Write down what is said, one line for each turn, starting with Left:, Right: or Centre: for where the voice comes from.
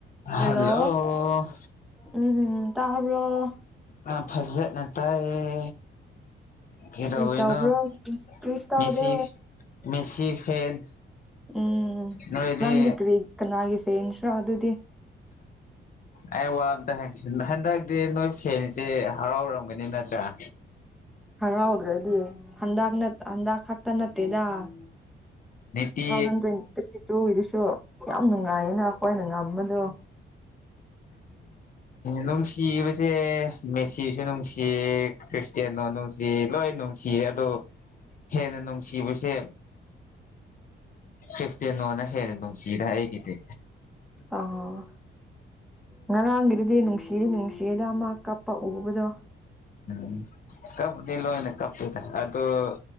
Left: ꯍꯜꯂꯣ
Centre: Hello ꯎꯝ ꯇꯥꯕꯔ‌ꯣ
Left: ꯑꯥ ꯐꯖꯠꯅ ꯇꯥꯏꯌꯦ ꯀꯩꯗꯧꯔꯤꯅꯣ
Centre: ꯀ꯭ꯔꯤ ꯇꯧꯕ꯭ꯔꯣ ꯀ꯭ꯔꯤꯁꯨꯇꯧꯗꯦ
Left: ꯃꯦꯁꯤ ꯃꯦꯁꯤ ꯐꯦꯟ
Centre: ꯎꯝ
Left: ꯅꯣꯏꯗꯤ
Centre: ꯅꯪꯗꯤ ꯀꯔꯤ ꯀꯅꯥꯒꯤ ꯐ‌‌ꯦꯟꯁ꯭ꯔꯣ ꯑꯗꯨꯗꯤ
Left: ꯑꯩ ꯋꯥ ꯑꯝꯇꯥ ꯍꯪ ꯍꯟꯗꯛꯇꯤ ꯅꯣꯏ ꯐꯦꯟꯁ‌ꯦ ꯍꯔꯥꯎꯔꯝꯒꯅꯤ ꯅꯠ ꯇꯔꯥ
Centre: ꯍꯔꯥꯎꯗ꯭ꯔꯗꯤ ꯍꯟꯗꯛ ꯅꯠ ꯍꯟꯗꯛ ꯈꯛꯇ ꯅꯠꯇꯦꯗ ꯇꯨ
Left: ꯅꯤꯇꯤ
Centre: ꯊꯥꯎꯖꯟ ꯇ꯭ꯋꯦꯟꯇꯤ ꯇꯨꯒꯤ ꯗꯨꯁꯨ ꯌꯥꯝ ꯅꯨꯉꯥꯏꯕꯅ‌ꯦ ꯑꯈꯣꯏꯅ ꯉꯝꯕꯗꯣ
Left: ꯅꯨꯡꯁꯤꯕꯁꯦ ꯃꯦꯁꯤꯁꯨ ꯅꯨꯡꯁꯤ ꯈ꯭ꯔꯤꯁꯇꯤꯌꯥꯅꯣ ꯅꯨꯡꯁꯤ ꯂꯣꯏ ꯅꯨꯡꯁꯤꯌꯦ ꯑꯗꯣ ꯍꯦꯟꯅ ꯅꯨꯡꯁꯤꯕꯁꯦ ꯈ꯭ꯔꯤꯁꯇꯤꯌꯥꯅꯣ ꯅ ꯍꯦꯅ ꯅꯨꯡꯁꯤꯗ ꯑꯩꯒꯤꯗꯤ
Centre: ꯑ‌ꯣ ꯉꯔꯥꯡꯒꯤꯗꯨꯗꯤ ꯅꯨꯡꯁꯤ ꯅꯨꯡꯁꯤꯗ ꯃꯥ ꯀꯞꯄ ꯎꯕꯗꯣ
Left: ꯎꯝ ꯀꯞꯄꯗꯤ ꯂ‌ꯣꯏꯅ ꯀꯞꯄ‌ꯦꯗ ꯑꯗ‌ꯣ